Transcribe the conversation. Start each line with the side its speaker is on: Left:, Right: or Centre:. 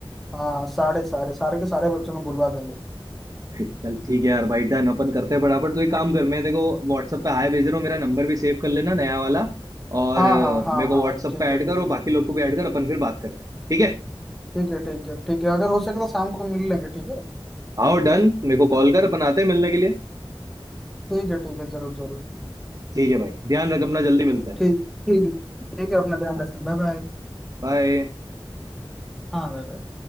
Centre: हाँ सारे सारे सारे के सारे बच्चों को बुलवा देंगे
Right: चल ठीक है यार भाई डन अपन करते हैं बराबर तो एक काम कर मैं देखो व्हाट्सअप पे हाय भेज रहा हूँ मेरा नंबर भी सेव कर लेना नया वाला और
Centre: हाँ
Right: अ,
Centre: हाँ हाँ
Right: मेरे को
Centre: हाँ
Right: व्हाट्सअप
Centre: ठीक
Right: पे ऐड
Centre: है ठीक
Right: कर और
Centre: है
Right: बाकी लोग को भी ऐड कर अपन फिर बात करते हैं ठीक है
Centre: ठीक है ठीक है ठीक है अगर हो सके तो शाम को मिल लेंगे ठीक है
Right: आओ डन मेरे को कॉल कर अपन आते हैं मिलने के लिए
Centre: ठीक है ठीक है जरूर जरूर
Right: ठीक है भाई ध्यान रख अपना जल्दी मिलते
Centre: ठीक ठीक है ठीक है अपना ध्यान
Right: हैं
Centre: रखना बाय बाय
Right: बाय
Centre: हाँ बाय बाय।